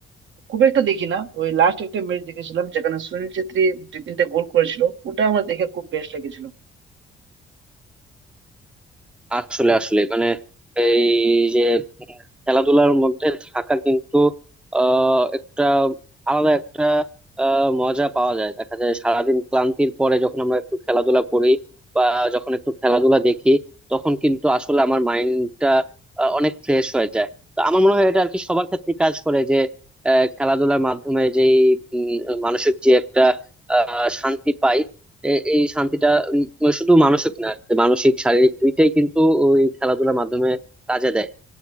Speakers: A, on the right (about 70°); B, in the centre.
A: খুব একটা দেখি না ওই লাস্ট একটা ম্যাচ দেখেছিলাম যেখানে সুনীল ছেত্রী দুই তিনটা গোল করেছিল ওটা আমার দেখে খুব বেশ লেগেছিল
B: আসলে আসলে মানে এই যে উম খেলাধুলার মধ্যে থাকা কিন্তু আহ একটা আলাদা একটা আহ মজা পাওয়া যায় দেখা যায় সারাদিন ক্লান্তির পরে যখন আমরা একটু খেলাধুলা করি বা যখন একটু খেলাধুলা দেখি তখন কিন্তু আসলে আমার মাইন্ডটা অনেক ফ্রেশ হয়ে যায় তো আমার মনে হয় এটা আর কি সবার ক্ষেত্রে কাজ করে যে আহ, খেলাধুলার মাধ্যমে যেই উম, মানসিক যে একটা আহ শান্তি পাই এ- এই শান্তিটা মানে শুধু মানসিক না মানসিক শারীরিক দুইটাই কিন্তু ওই খেলাধুলার মাধ্যমে কাজে দেয়